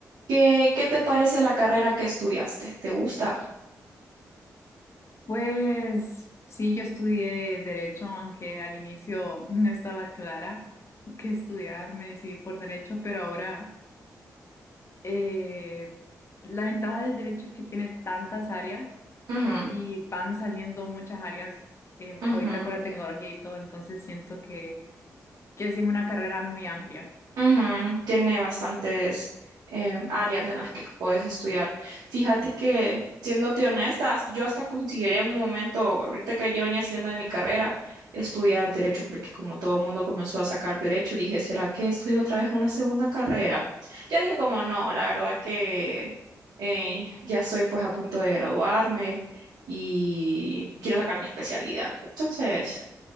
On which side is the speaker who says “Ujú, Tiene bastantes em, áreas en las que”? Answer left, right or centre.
Right